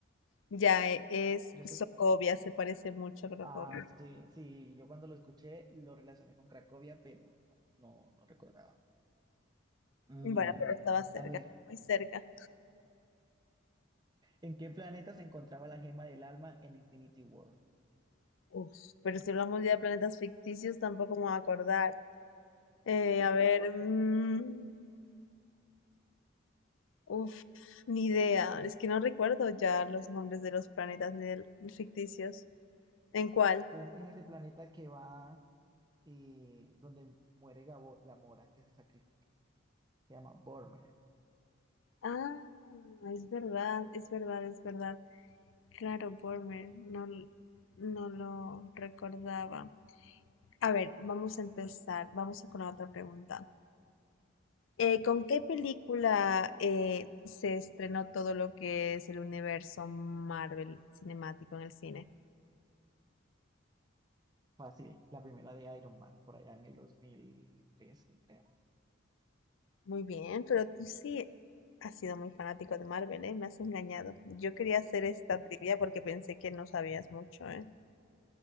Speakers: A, on the left; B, on the right.
A: Ya e- es
B: Yo
A: Sokovia,
B: sé,
A: se parece mucho a Cracovia.
B: ah, sí, sí, yo cuando lo escuché lo relacioné con Cracovia, pero no, no, no recordaba. Mm,
A: Bueno, pero estaba cerca,
B: A ver,
A: muy cerca.
B: ¿en qué planeta se encontraba la gema del alma en Infinity War?
A: Uf, pero si hablamos ya de planetas ficticios, tampoco me voy a acordar. Eh, a ver, mm, uf, ni idea. Es que no recuerdo ya los nombres de los planetas ni de los ficticios. ¿En cuál?
B: Es en ese planeta que va, eh, donde muere Gabo- Gamora, que se sacrifica, se llama Bormer.
A: Ah, es verdad, es verdad, es verdad. Claro, Bormer, no, l- no lo recordaba. A ver, vamos a empezar. Vamos con la otra pregunta. Eh, ¿con qué película eh, se estrenó todo lo que es el universo Marvel cinemático en el cine?
B: Fácil, la primera de Iron Man, por allá en el 2013 creo.
A: Muy bien, pero tú sí has sido muy fanático de Marvel, ¿eh? Me has engañado. Yo quería hacer esta trivia porque pensé que no sabías mucho, ¿eh?